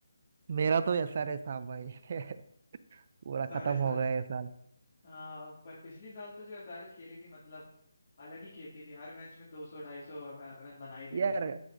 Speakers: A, on the right; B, on the left.
A: मेरा तो एस आर एस था भाई <laughs> पूरा
B: एसआरएच
A: खत्म हो
B: था
A: गया ये साल
B: हाँ पर पिछली साल तो जो एसआरएच खेली थी मतलब अलग ही खेलती थी हर मैच में दो सौ ढाई सौ रन बना ही देती
A: यार
B: थी